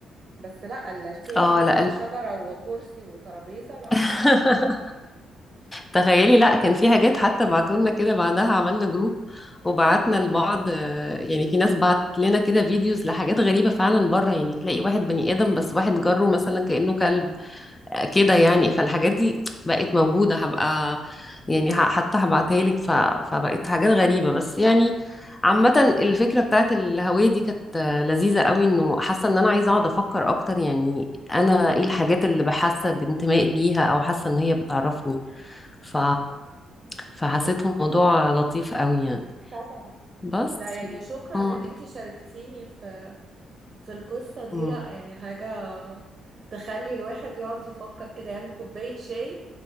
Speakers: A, on the right (about 35°); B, on the left (about 20°).
A: بس لا التاني
B: اه
A: بقى
B: لا الم...
A: شجرة وكرسي وترابيزة لا
B: <laughs> تخيلي لا كان في حاجات حتى بعتولنا كده بعدها عملنا جروب وبعتنا لبعض آه، يعني في ناس بعت لنا كده فيديوز لحاجات غريبة فعلا بره يعني تلاقي واحد بني آدم بس واحد جره مثلا كأنه كلب كده
A: مم.
B: يعني فالحاجات دي بقت موجودة هبقى يعني ه- حتى هبعتها لك ف... فبقت حاجات غريبة بس يعني عامة الفكرة بتاعت الهوية دي كانت آه، لذيذة قوي انه حاسة ان انا عايزة اقعد افكر اكتر يعني انا ايه الحاجات اللي بحاسة بانتماء ليها او حاسة ان هي بتعرفني ف... فحسيته موضوع لطيف قوي يعني
A: طبعا
B: بس
A: ده يعني شكرا
B: اه
A: ان انتي شاركتيني في في القصة دي
B: أمم.
A: لا يعني حاجة تخلي الواحد يقعد يفكر كده يعمل كوباية شاي